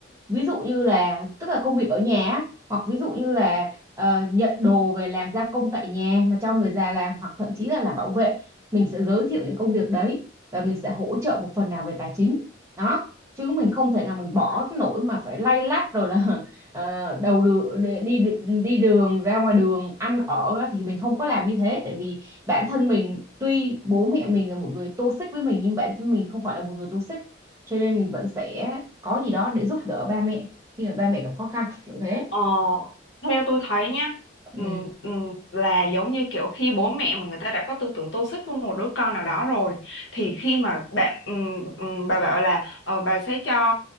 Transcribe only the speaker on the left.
Ờ, theo tôi thấy nhá
ừm, ừm, là giống như kiểu khi bố mẹ mà người ta đã có tư tưởng tô xích với một đứa con nào đó rồi thì khi mà bạn ừm, ừm, bà bảo là ờ, bà sẽ cho